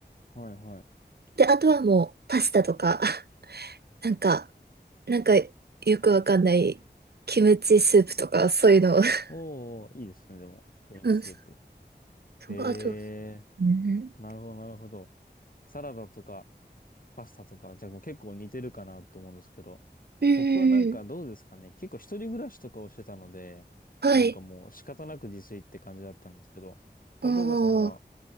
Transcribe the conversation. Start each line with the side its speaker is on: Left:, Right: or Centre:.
Left: はいはい。
Right: で、あとはもう、パスタとか。なんか、なんかよくわかんないキムチスープとかそういうのを <laughs>
Left: おー、いいですね、でも。キムチスープ。
Right: うん、そそあと、
Left: え
Right: うん、
Left: ー、なるほど、なるほど。サラダとか、パスタとか、じゃあもう結構似てるかなって思うんですけど、
Right: うん、
Left: 僕はなんかどうですかね。結構一人暮らしとかをしてたので、
Right: はい。
Left: なんかもう仕方なく自炊って感じだったんですけど、
Right: あ
Left: 高岡さんは、
Right: あ、